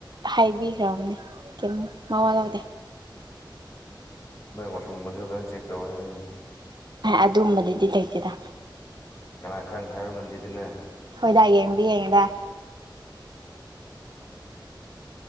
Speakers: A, on the right (about 60°); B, on the left (about 30°).
A: ꯍꯥꯏꯕꯤꯈ꯭ꯔꯕꯅꯦ ꯀꯦꯝ ꯃꯋꯥ ꯂꯧꯗꯦ
B: ꯅꯣꯢ ꯋꯥꯁꯔꯨꯝꯒꯗꯣ ꯐꯖꯅ ꯆꯦꯛ ꯇꯧ ꯍꯥꯏꯕꯅꯦ
A: ꯑꯗꯨꯒꯝꯕꯗꯨꯗꯤ ꯂꯩꯇꯦꯗ
B: ꯀꯅꯥ ꯈꯪ ꯍꯥꯏꯕ ꯉꯝꯗꯦꯗꯅ
A: ꯃꯤꯗ ꯌꯦꯡꯗꯤ ꯌꯦꯡꯉꯤꯗ